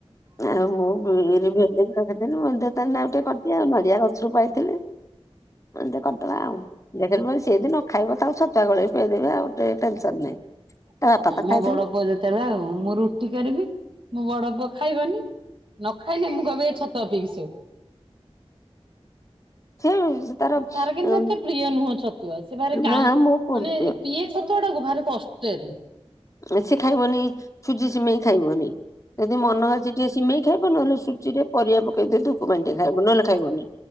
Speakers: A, on the left; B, on the right.
A: ନାଆଁ ମୁଁ <unintelligible> ରଖିଥିଲି ମୁଁ ଦେ <unintelligible> ଆଉ ଟିକେ କରିଦେଲି ଆଉ ନଡିଆ ଗଛରୁ ପାଇଥିଲି କହିଲି ଟିକେ କରିଦବା ଆଉ <unintelligible> ସେ ଯଦି ନ ଖାଇବ ତାକୁ ଛତୁଆ ଗୋଳେଇ ପିଇଦେବି ଆଉ ଟ ଟେନସନ ନାହିଁ। ତା ବାପା ତ
B: ମୋ
A: ଖାଇଦେଲେ।
B: ବଡ ପୁଅ ଯେତେବେଳେ ଆଉ ମୁଁ ରୁଟି କରିବି ମୋ ବଡ ପୁଅ ଖାଇବନି। ନ ଖାଇଲେ ମୁଁ କହିବି ଛତୁଆ ପିଇକି ଶୋ।
A: <unintelligible>
B: ତାର କିନ୍ତୁ
A: ଉଁ
B: ଏତେ ପ୍ରିୟ ନୁହଁ ଛତୁଆ ସେ ଭାରି କା
A: ନା ମୋ ପୁଅ
B: ମାନେ
A: ପ୍ରିୟ
B: ପିଏ। ଛତୁଆ ଗୁଡାକ ଭାରି କଷ୍ଟରେ
A: ହେରା ସେ ଖାଇବନି ସୁଜି ସିମେଇ ଖାଇବନି। ଯଦି ମନ ହେଇଚି ଟିକେ ସିମେଇ ଖାଇବ ନହେଲେ ସୁଜିରେ ପରିବା ପକେଇଦେଲେ ଉପମା ଟିକେ ଖାଇବ। ନହେଲେ ଖାଇବନି।